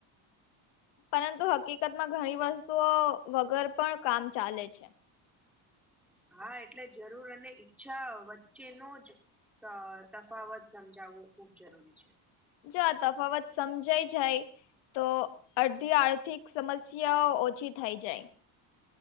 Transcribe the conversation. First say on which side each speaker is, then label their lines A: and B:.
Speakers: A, on the left (about 80°); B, in the centre.
A: પરંતુ હકી હકીકતમાં ઘણી વસ્તુઓ વગર પણ કામ ચાલે છે.
B: હા એટલે જરૂર અને ઈચ્છા વચ્ચેનો જ. અ તફાવત સમજાવવો ખુબ જરૂરી છે.
A: જો તફાવત સમજાઈ જાય. તો અડધી આર્થિક સમસ્યાઓ ઓછી થઈ જાય.